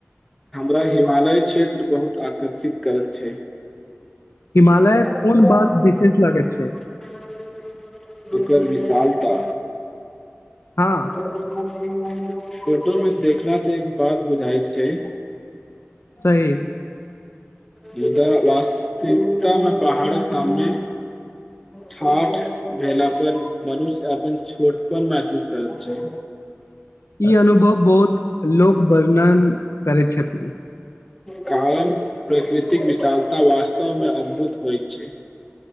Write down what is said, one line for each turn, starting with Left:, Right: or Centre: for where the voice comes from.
Centre: रा हिमालय क्षेत्र बहुत आकर्षित करैत छै <inaudible>
Left: हिमालय कोन बात विशेष लागैत छै
Centre: ओकर विशालता
Left: हँ
Centre: <inaudible> फोटोमें देखना से एक बात बुझाइत छै
Left: सही
Centre: मुदा वास्तिकता मे पहाड़क सामने ठाठ भेला पर मनुष्य अपन छोटपन महसूस करैत छै
Left: ई अनुभव बहुत लोकवर्णन करैत छथिन
Centre: कारण प्रकृतिक विशालता वास्तवमे अद्भुत होइत छै